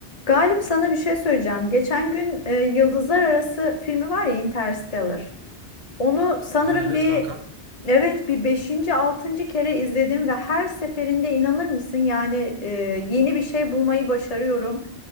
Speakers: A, on the left; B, on the right.
A: Galip sana bir şey söyleyeceğim. Geçen gün e, Yıldızlar Arası filmi var ya Interstellar. Onu sanırım
B: Ha, evet
A: bir
B: kanka.
A: evet bir beşinci altıncı kere izledim ve her seferinde inanır mısın yani e, yeni bir şey bulmayı başarıyorum.